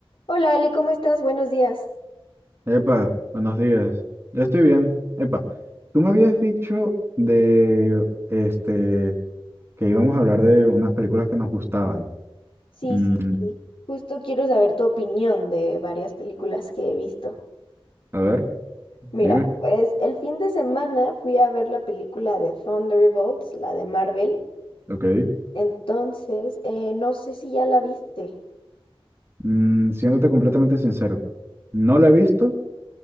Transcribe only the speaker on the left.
Hola Ale, ¿cómo estás? Buenos días.
Sí,
sí, sí. Justo quiero saber tu opinión de varias películas que he visto.
Mira,
pues el fin de semana fui a ver la película de Thunderbolts, la de Marvel.
Entonces, eh, no sé si ya la viste.